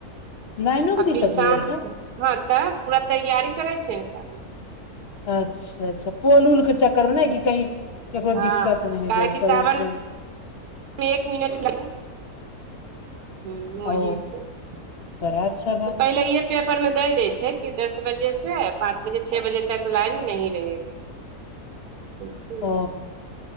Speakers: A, on the left; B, on the right.
A: लाइनो के
B: आ
A: दिक्कत
B: फिर साँझ
A: हो जाइ छै
B: हाँ तऽ पूरा तैयारी करे छै ने स
A: अच्छा अच्छा पोल उल के चक्करमे ने कहीं केकरो
B: हँ
A: दिक्कत नहि हो
B: काहेकि
A: जाय
B: सावन
A: करेंट उरेंट
B: एक मिनट लगी हूँ ओही
A: ओ
B: से तऽ
A: बड़ा अच्छा बात
B: पहिले इह पेपरमे द देय छै कि दस बजे से पाँंच बजे छओ बजे तक लाइन नहं रहेगा एसे
A: ओ